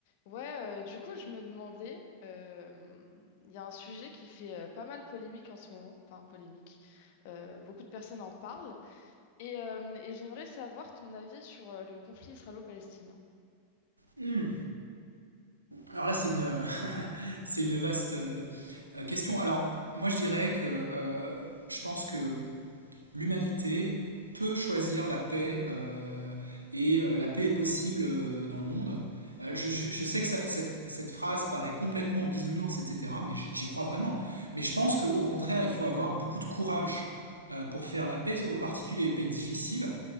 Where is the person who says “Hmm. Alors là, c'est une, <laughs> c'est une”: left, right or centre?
Right